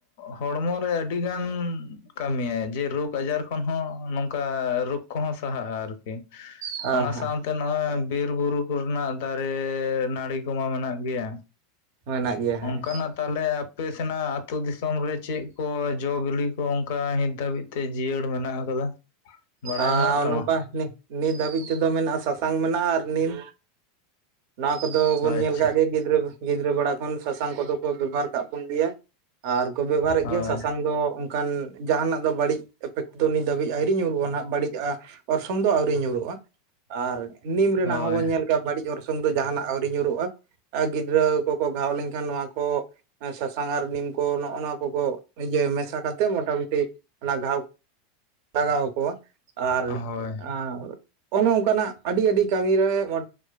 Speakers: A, on the left (about 70°); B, on the right (about 60°).
A: ᱦᱚᱲᱢᱚᱨ ᱨᱮ ᱟᱹᱰᱤ ᱜᱟᱱ ᱠᱟᱹᱢᱤᱭᱟᱭ ᱡᱮ ᱨᱳᱜᱽ ᱟᱡᱟᱨ ᱠᱷᱚᱱ ᱦᱚᱸ ᱱᱚᱝᱠᱟ ᱨᱳᱜᱽ ᱠᱚᱦᱚᱸ ᱥᱟᱦᱟᱜᱼᱟ ᱟᱨᱠᱤ᱾
B: ᱦᱮᱸ
A: ᱚᱱᱟ
B: ᱦᱮᱸ
A: ᱥᱟᱶᱛᱮ ᱱᱚᱜᱼᱚᱭ ᱵᱤᱨ ᱵᱩᱨᱩ ᱠᱚᱨᱮᱱᱟᱜ ᱫᱟᱨᱮ ᱱᱟᱹᱲᱤ ᱠᱚᱢᱟ ᱢᱮᱱᱟᱜ ᱜᱮᱭᱟ᱾
B: ᱢᱮᱱᱟᱜ ᱜᱮᱭᱟ ᱦᱮᱸ
A: ᱚᱱᱠᱟᱱᱟᱜ ᱛᱟᱦᱚᱞᱮ ᱟᱯᱮ ᱥᱮᱱᱟᱜ ᱴ ᱟᱹᱛᱩ ᱫᱤᱥᱚᱢ ᱨᱮ ᱪᱮᱫ ᱠᱚ ᱡᱚ ᱵᱤᱞᱤ ᱠᱚ ᱚᱱᱠᱟ ᱦᱤᱛ ᱫᱷᱟᱹᱵᱤᱡ ᱛᱮ ᱡᱤᱭᱟᱹᱲ ᱢᱮᱱᱟᱜ ᱟᱠᱟᱫᱟ᱾ ᱵᱟᱲᱟᱭ
B: ᱟᱨ
A: ᱢᱮᱱᱟᱜ ᱛᱟᱢᱟ
B: ᱱᱚᱝᱠᱟ ᱱᱤᱛ ᱫᱷᱟᱹᱵᱤᱡ ᱛᱮᱫᱚ ᱢᱮᱱᱟᱜᱼᱟ ᱥᱟᱥᱟᱝ, ᱢᱮᱱᱟᱜᱼᱟ ᱟᱨ ᱱᱤᱱ ᱱᱚᱣᱟ ᱠᱚᱫᱚ
A: ᱟᱪᱪᱷᱟ
B: ᱵᱚᱱ ᱧᱮᱞ ᱠᱮᱫ ᱜᱮ ᱜᱤᱫᱽᱨᱟᱹ ᱜᱤᱫᱽᱨᱟᱹ ᱵᱮᱲᱟ ᱠᱷᱚᱱ ᱥᱟᱥᱟᱝ ᱠᱚᱫᱚ ᱠᱚ ᱵᱮᱵᱚᱦᱟᱨ ᱠᱟᱜ ᱵᱚᱱ ᱜᱮᱭᱟ᱾ ᱟᱨ ᱠᱚ ᱵᱮᱵᱚᱦᱟᱨᱮᱫ
A: ᱦᱳᱭ
B: ᱜᱮᱭᱟ ᱥᱟᱥᱟᱝ ᱫᱚ ᱠᱷᱟᱱ ᱡᱟᱦᱟᱱᱟᱜ ᱫᱚ ᱵᱟᱹᱲᱤᱡ ᱮᱯᱷᱮᱠᱴ ᱫᱚ ᱱᱤᱛ ᱫᱷᱟᱹᱵᱤᱡ ᱦᱤᱧ ᱧᱩᱨ ᱦᱟᱜ ᱵᱟᱹᱲᱤᱡᱼᱟ ᱚᱨᱥᱚᱝ ᱫᱚ ᱟᱹᱣᱨᱤ ᱧᱩᱨᱦᱩᱜᱼᱟ ᱟᱨ ᱱᱤᱢ ᱨᱮᱱᱟᱜ
A: ᱦᱳᱭ
B: ᱦᱚᱸᱵᱚᱱ ᱧᱮᱞ ᱠᱮᱭᱟ ᱵᱟᱹᱲᱤᱡ ᱚᱨᱥᱚᱝ ᱥᱚᱝ ᱫᱚ ᱡᱟᱦᱟᱱᱟᱜ ᱟᱹᱣᱨᱤ ᱧᱩᱨᱩᱜᱼᱟ, ᱜᱤᱫᱽᱨᱟᱹ ᱠᱚᱠᱚ ᱜᱷᱟᱣ ᱞᱮᱱᱠᱷᱟᱱ ᱱᱚᱣᱟ ᱠᱚ ᱥᱟᱥᱟᱝ ᱟᱨ ᱱᱤᱢ ᱠᱚ ᱱᱚᱜᱼ ᱱᱚᱣᱟ ᱠᱚᱠᱚ ᱤᱭᱟᱹ ᱢᱮᱥᱟ ᱠᱟᱛᱮᱜ ᱢᱚᱴᱟᱢᱩᱴᱤ ᱚᱱᱟ ᱜᱟᱣ ᱞᱟᱜᱟᱣ ᱟᱠᱚᱣᱟ᱾ ᱟᱨ
A: ᱦᱳᱭ
B: ᱟ ᱱᱚᱭ ᱱᱚᱠᱟᱱᱟᱜ ᱟᱹᱰᱤ ᱟᱹᱰᱤ ᱠᱟᱹᱢᱮ ᱱᱚᱜᱼᱚ